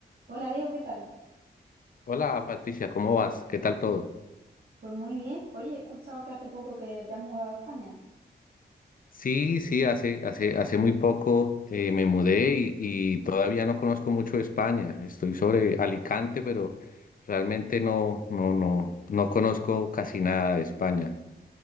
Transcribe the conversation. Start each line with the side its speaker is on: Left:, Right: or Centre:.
Right: Hola Diego, ¿qué tal?
Left: Hola Patricia, ¿cómo vas? ¿Qué tal todo?
Right: Pues muy bien. Oye, he escuchado que hace poco que te has mudado a España.
Left: Sí, sí, hace, hace, hace muy poco eh, me mudé y, y todavía no conozco mucho de España. Estoy sobre Alicante, pero realmente no, no, no, no conozco casi nada de España.